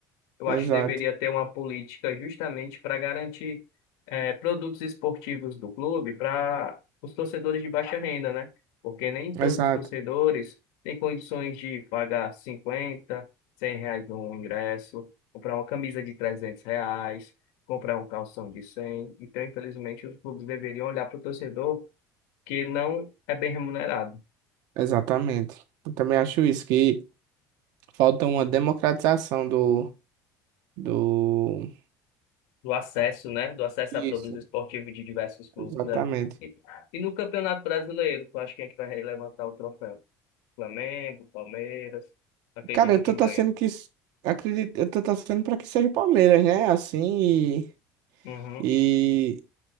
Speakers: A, on the left; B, on the right.
A: Eu
B: Exato.
A: acho que deveria ter uma política justamente para garantir eh, produtos esportivos do clube para os torcedores de baixa renda, né? Porque nem
B: Exato.
A: todos os torcedores têm condições de pagar cinquenta, cem reais no ingresso, comprar uma camisa de 300 reais, comprar um calção de 100. Então, infelizmente, os clubes deveriam olhar para o torcedor que não é bem remunerado.
B: Exatamente. Eu também acho isso, que falta uma democratização do, do...
A: do acesso, né? Do acesso
B: Isso.
A: à produtos esportivos de diversos clubes,
B: Exatamente.
A: né? E, e no Campeonato Brasileiro, tu acha quem é que vai levantar o troféu? Flamengo, Palmeiras, acredita
B: Cara, eu
A: quem
B: tô torcendo
A: ganha.
B: que... s- Acredito, eu tô torcendo pra que seja o Palmeiras, né? Assim,
A: Uhum.
B: e... e...